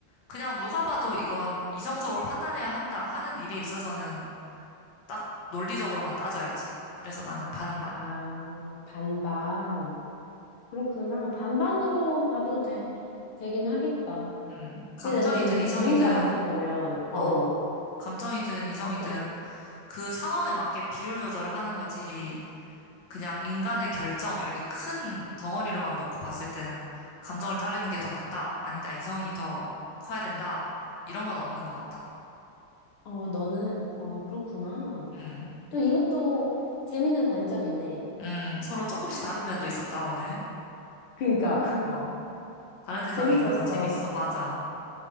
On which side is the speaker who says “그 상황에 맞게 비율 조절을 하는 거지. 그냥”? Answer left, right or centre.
Left